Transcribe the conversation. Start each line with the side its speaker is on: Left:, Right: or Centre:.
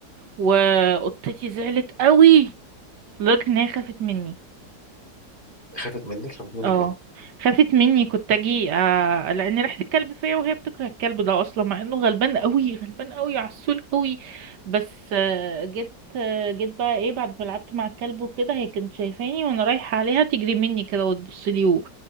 Right: وقطتي زعلت قوي لدرجة ان هي خافت مني
Left: خافت منك خافت منك
Right: اه
Left: ليه؟
Right: خافت مني كنت اجي آه لان ريحة الكلب فيا وهي بتكره الكلب ده اصلا مع انه غلبان قوي غلبان قوي عسول قوي بس آه جيت آه جيت بقى ايه بعد ما لعبت مع الكلب وكده هي كانت شايفاني وانا رايحة عليها تجري مني كده وتبص لي و-